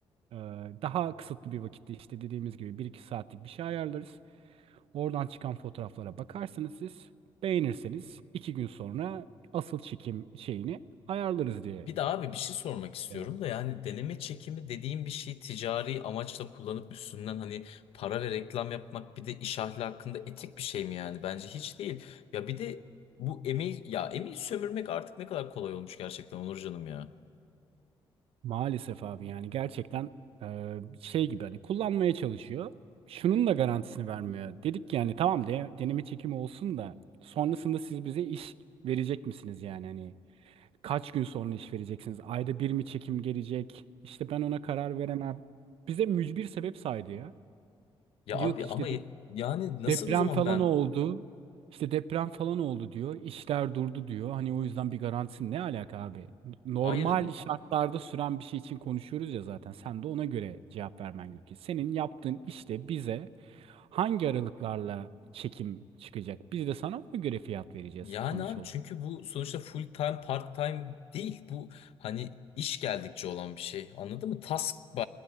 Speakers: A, on the right (about 75°); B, on the left (about 80°).
A: Ee, daha kısıtlı bir vakitte işte dediğimiz gibi bir iki saatlik bir şey ayarlarız. Oradan çıkan fotoğraflara bakarsınız siz. Beğenirseniz 2 gün sonra asıl çekim şeyini ayarlarız diye.
B: Bir de abi bir şey sormak istiyorum
A: Mesela.
B: da yani deneme çekimi dediğim bir şeyi ticari amaçla kullanıp üstünden hani para ve reklam yapmak bir de iş ahlakında etik bir şey mi yani? Bence hiç değil. Ya bir de bu emeği ya emeği sömürmek artık ne kadar kolay olmuş gerçekten Onur canım ya.
A: Maalesef abi yani gerçekten e, şey gibi hani kullanmaya çalışıyor. Şunun da garantisini vermiyor. Dedik yani tamam de, deneme çekimi olsun da sonrasında siz bize iş verecek misiniz yani hani kaç gün sonra iş vereceksiniz? Ayda bir mi çekim gelecek? İşte ben ona karar veremem. Bize mücbir sebep saydı ya.
B: Ya
A: Diyor
B: abi
A: ki
B: ama
A: işte
B: yani nasıl
A: Deprem
B: o zaman
A: falan
B: ben
A: oldu. İşte deprem falan oldu diyor. İşler durdu diyor. Hani o yüzden bir garantisi ne alaka abi? Normal
B: hayır
A: şartlarda süren bir şey için konuşuyoruz ya zaten. Sen de ona göre cevap vermen gerekiyor. Senin yaptığın işte bize hangi aralıklarla çekim çıkacak? Biz de sana ona göre fiyat vereceğiz
B: Yani
A: sonuç
B: abi
A: olarak.
B: çünkü bu sonuçta full time part time değil bu hani iş geldikçe olan bir şey anladın mı? Task by